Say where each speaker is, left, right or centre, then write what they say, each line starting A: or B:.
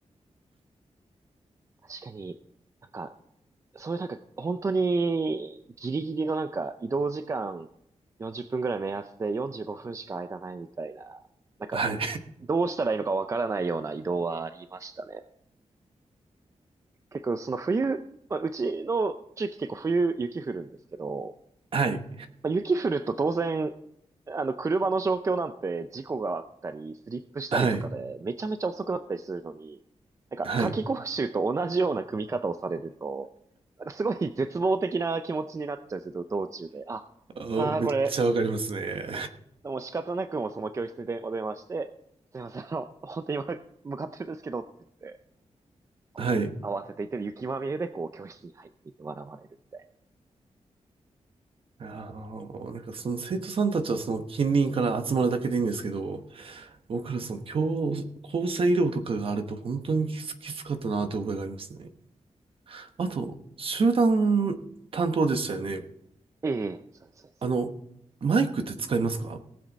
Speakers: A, on the right (about 25°); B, on the right (about 50°).
A: 確かに、なんか、そういうなんか、本当にギリギリのなんか移動時間40分ぐらい目安で45分しか間ないみたいな、なんか、
B: はい、
A: どうしたらいいのかわからないような移動はありましたね。結構その冬、まあ、うちの地域結構冬雪降るんですけど、
B: はい、
A: まあ雪降ると当然、あの、車の状況なんて事故があったり、スリップしたりとかで、
B: はい、
A: めちゃめちゃ遅くなったりするのに、なんか、
B: はい。
A: 夏期講習と同じような組み方をされると、なんかすごい絶望的な気持ちになっちゃうんですよ、道中で。あ、
B: あーめっちゃわかりますね。
A: ああ、これ、もう仕方なくもうその教室でお電話して、すいません、あの、本当に今、向かってるんですけどって言って、こう、
B: はい。
A: 慌てていってる雪まみれで、こう、教室に入っていって笑われるみたい
B: あの、なんかその生徒さんたちはその近隣から集まるだけでいいんですけど、僕らその教、校舎医療とかがあると本当にきつ、きつかったなという覚えがありますね。あと、集団担当でしたよね。
A: な。ええ、そうです、そうです。
B: あの、マイクって使いますか